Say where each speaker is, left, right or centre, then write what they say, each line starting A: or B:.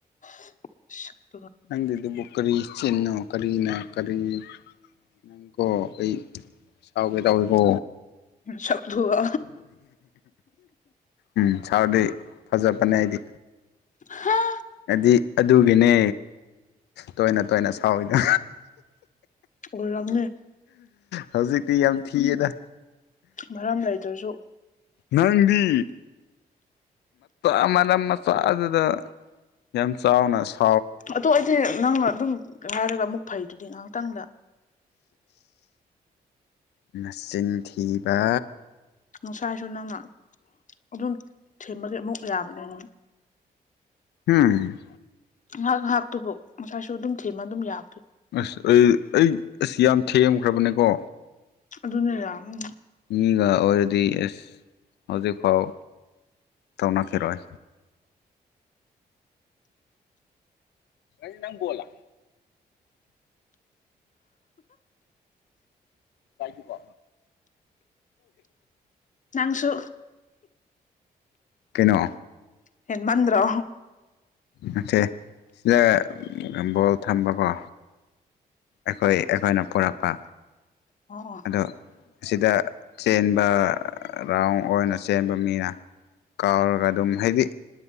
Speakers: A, on the left (about 45°); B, on the left (about 80°).
A: <inaudible>
B: ꯅꯪꯒꯤꯗꯨꯕꯨ ꯀꯔꯤ ꯆꯤꯟꯅꯣ ꯀꯔꯤꯅꯣ ꯀꯔꯤ ꯅꯪꯒꯣ ꯑꯩꯩ ꯁꯥꯎꯒꯦ ꯇꯥꯎꯋꯦꯕꯣ
A: ꯁꯛꯇꯨꯒ
B: ꯎꯝ ꯆꯥꯎꯥꯎꯗꯤ ꯐꯖꯕꯅꯦ ꯑꯩꯗꯤ
A: ꯍꯥ
B: ꯍꯥꯏꯗꯤ ꯑꯗꯨꯒꯤꯅꯦ ꯇꯣꯏꯅ ꯇꯣꯏꯅ ꯁꯥꯎꯏꯗ
A: ꯑꯣꯏ ꯂꯝꯅꯦ
B: ꯍꯧꯖꯤꯛꯇꯤ ꯌꯥꯝ ꯊꯤꯌꯦꯗ
A: ꯃꯔꯝ ꯂꯩꯇ꯭ꯔꯁꯨ
B: ꯅꯗꯤ ꯑꯃꯝ ꯃꯆꯥꯥꯛ ꯑꯗꯨꯗ ꯌꯥꯝ ꯆꯥꯎꯅꯁ
A: ꯑꯗꯣ ꯑꯩꯗꯤꯦ ꯅꯪꯅ ꯑꯗꯨꯝ ꯍꯥꯏꯔꯒ ꯑꯃꯨꯛ ꯐꯩꯗꯨꯗꯤ ꯉꯥꯏꯍꯥꯛꯇꯪꯗ
B: ꯃꯆꯤꯟꯊꯤꯕ
A: ꯉꯁꯥꯏꯁꯨ ꯅꯪꯅ ꯑꯗꯨꯝ ꯊꯦꯝꯕꯒꯤ ꯑꯃꯨꯛ ꯌꯥꯕꯅꯤꯅ
B: ꯎꯝ
A: ꯉꯍꯥꯛ ꯉꯥꯏꯍꯥꯛꯇꯨꯕꯨ ꯉꯁꯥꯏꯁꯨ ꯑꯗꯨꯝ ꯊꯤꯃ ꯑꯗꯨꯝ ꯌꯥꯕꯗꯣꯏꯕ
B: ꯑꯁ ꯑꯩ ꯑꯩ ꯑꯁ ꯌꯥꯝ ꯊꯦꯝꯈ꯭ꯔꯕꯅꯦꯀꯣ
A: ꯑꯗꯨꯅ ꯌꯥ ꯎꯝ
B: ꯃꯤꯒ ꯑꯣꯏꯔꯗꯤ ꯑꯦꯁ ꯍꯧꯖꯤꯛꯐꯥꯎ ꯇꯧꯅꯈꯤꯔꯣꯏ ꯔ ꯅꯪꯕꯣꯂ ꯀꯥꯏꯀꯁꯨ
A: ꯅꯥꯡꯁꯨ
B: ꯀꯩꯅꯣ
A: ꯌꯦ ꯃꯟꯔꯣ
B: ꯅꯠꯇꯦ ꯁꯤꯗ ꯕꯣꯜ ꯊꯝꯕꯀꯣ ꯑꯩꯈꯣꯏ ꯑꯩꯈꯣꯏꯅ ꯄꯨꯔꯛꯄ
A: ꯍ
B: ꯑꯗꯣ ꯑꯁꯤꯗ ꯆꯦꯟꯕ ꯔꯥꯎꯟ ꯑꯣꯏꯅ ꯆꯦꯟꯕ ꯃꯤꯅ ꯀꯥꯎꯔꯒ ꯑꯗꯨꯝ ꯍꯥꯏꯗꯤ